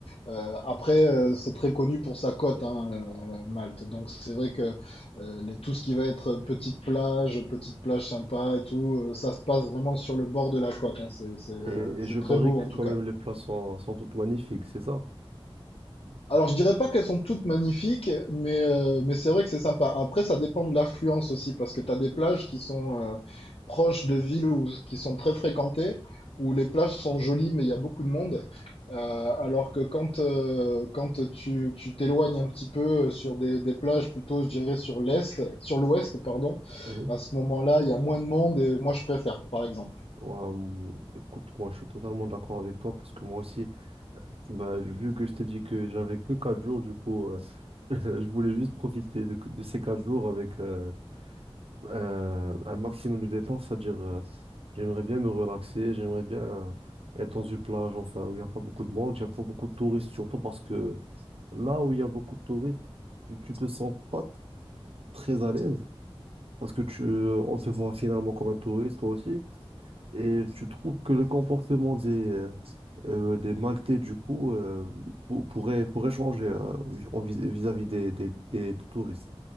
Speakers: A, on the left; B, on the right.
A: Euh, après, euh, c'est très connu pour sa côte, hein, euh, Malte. Donc, c'est vrai que euh, les- tout ce qui va être petite plage, petite plage sympa et tout, euh, ça se passe vraiment sur le bord de la côte. hein. C'est, c'est, euh,
B: Et, et
A: c'est
B: je
A: très
B: parie
A: beau,
B: que
A: en tout
B: quand
A: cas.
B: même les plats sont, sont toutes magnifiques, c'est ça?
A: Alors, je dirais pas qu'elles sont toutes magnifiques, mais, euh, mais c'est vrai que c'est sympa. Après, ça dépend de l'affluence aussi, parce que tu as des plages qui sont euh, proches de villes ou qui sont très fréquentées, où les plages sont jolies, mais il y a beaucoup de monde. Euh, alors que quand, euh, quand tu, tu t'éloignes un petit peu sur des, des plages, plutôt, je dirais, sur l'est, sur l'ouest, pardon,
B: Oui.
A: à ce moment-là, il y a moins de monde et moi, je préfère, par exemple.
B: Ouais, hum, écoute, moi je suis totalement d'accord avec toi parce que moi aussi, bah, vu que je t'ai dit que j'avais que 4 jours, du coup, euh, <laughs> je voulais juste profiter de, de ces 4 jours avec, euh, euh, un maximum de dépenses, c'est-à-dire euh, j'aimerais bien me relaxer, j'aimerais bien euh, être dans une plage, enfin, où il n'y a pas beaucoup de monde, il n'y a pas beaucoup de touristes, surtout parce que là où il y a beaucoup de touristes, tu, tu te sens pas t- très à l'aise. Parce que tu, euh, on te voit finalement comme un touriste, toi aussi, et tu trouves que le comportement des, euh, euh, des Maltais, du coup, euh, pour- pourrait, pourrait changer euh, en vis- vis-à-vis des, des, des touristes.